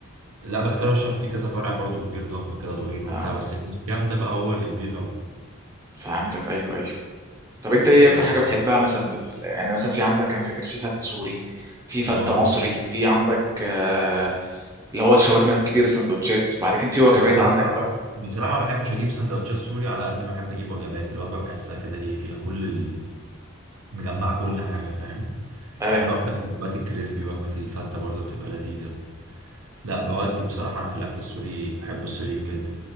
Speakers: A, on the right (about 75°); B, on the right (about 15°).
A: لا بس كرم الشام فيه كذا فرع برضو كبير ضخم كده دورين وبتاع
B: اه
A: بس ابن الشام ده بقى هو اللي كبير قوي
B: فهمتك ايوه ايوه طب انت ايه
A: بس
B: اكتر حاجه بتحبها مثلا في, في يعني مثلا في عندك انا فاكر في فته سوري في فته
A: اه
B: مصري في عندك آه اللي هو الشاورما الكبير السندوتشات وبعد كده في وجبات
A: انا بصراحة
B: عندك بقى
A: بصراحة ما بحبش اجيب سندوتشات سوري على قد ما احب اجيب وجبات الوجبة بحسها كده ايه فيها كل ال... مجمعة كل حاجة فاهم بحب
B: آه,
A: اكتر
B: ده.
A: من وجبات الكريسبي وجبة الفتة برضو بتبقى لذيذة لا بودي بصراحة أنا في الأكل السوري بحب السوريين جدا